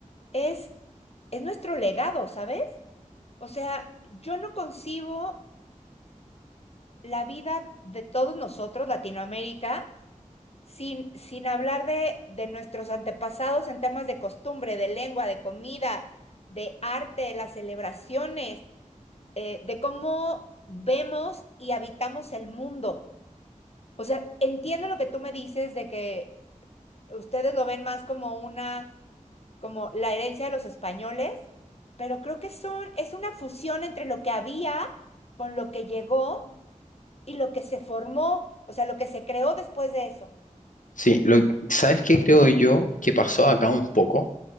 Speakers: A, on the left; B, on the left.
A: es, es nuestro legado, ¿sabes? O sea, yo no concibo la vida de todos nosotros, Latinoamérica, sin, sin hablar de, de nuestros antepasados en temas de costumbre, de lengua, de comida, de arte, de las celebraciones, eh, de cómo vemos y habitamos el mundo. O sea, entiendo lo que tú me dices de que ustedes lo ven más como una como la herencia de los españoles, pero creo que son, es una fusión entre lo que había con lo que llegó y lo que se formó, o sea, lo que se creó después de eso.
B: Sí, lo, ¿sabes qué creo yo que pasó acá un poco?